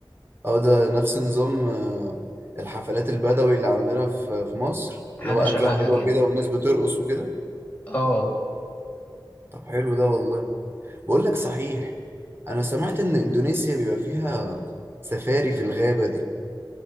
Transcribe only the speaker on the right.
اه ده نفس نظام آه، الحفلات البدوي اللي عندنا في في مصر
اللي هو اكله
حلوه
كده والناس بترقص وكده
طب حلو ده والله بقول لك صحيح انا سمعت ان اندونيسيا بيبقى فيها سفاري في الغابة دي